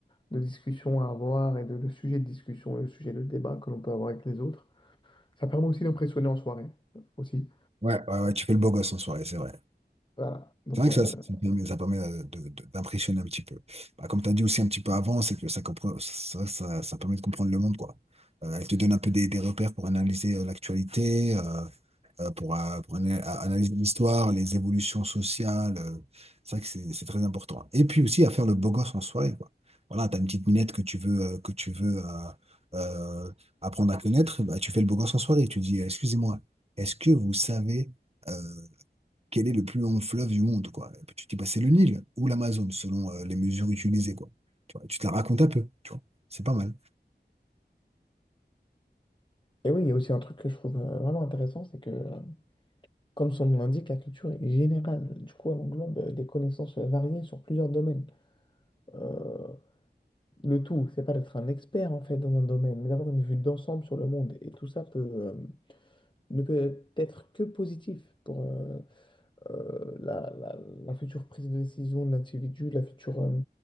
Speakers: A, on the left; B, on the right.
A: de discussions à avoir et de, de sujets de discussion, de sujets de débat que l'on peut avoir avec les autres. Ça permet aussi d'impressionner en soirée, euh, aussi.
B: Ouais, ouais, ouais, tu fais le beau gosse en soirée, c'est vrai.
A: Voilà. Donc,
B: C'est vrai
A: euh,
B: que ça, ça ça permet, ça permet euh, de- de- d'impressionner un petit peu. Bah, comme tu as dit aussi un petit peu avant, c'est que ça, comprend, ça, ça, ça permet de comprendre le monde, quoi. Euh, elle te donne un peu des, des repères pour analyser euh, l'actualité. euh, euh, pour, euh, pour ana- à analyser l'histoire, les évolutions sociales. euh, c'est vrai que c'est c'est très important. Et puis aussi à faire le beau gosse en soirée, quoi. Voilà, t'as une petite minette que tu veux, euh, que tu veux euh, euh, apprendre à connaître, bah, tu fais le beau gosse en soirée. Tu dis, excusez-moi, est-ce que vous savez euh, quel est le plus long fleuve du monde, quoi? Et puis tu dis, bah, c'est le Nil ou l'Amazone, selon euh, les mesures utilisées, quoi. Tu vois, tu te la racontes un peu, tu vois. C'est pas mal.
A: Et oui, il y a aussi un truc que je trouve euh, vraiment intéressant, c'est que, euh, comme son nom l'indique, la culture est générale. Du coup, elle englobe euh, des connaissances euh, variées sur plusieurs domaines. Euh, le tout, c'est pas d'être un expert en fait dans un domaine, mais d'avoir une vue d'ensemble sur le monde. Et tout ça peut, euh, ne peut être que positif pour euh, euh, la, la- la future prise de décision de l'individu, la future euh,